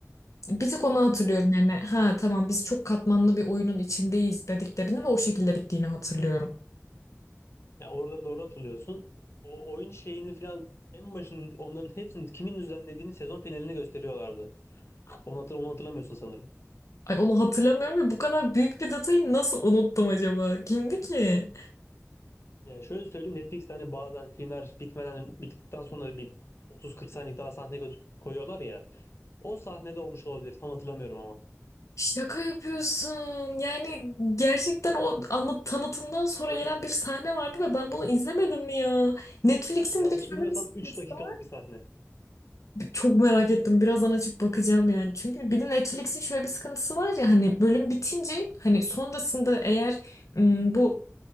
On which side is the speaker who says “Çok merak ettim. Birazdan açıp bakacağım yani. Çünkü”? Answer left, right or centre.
Left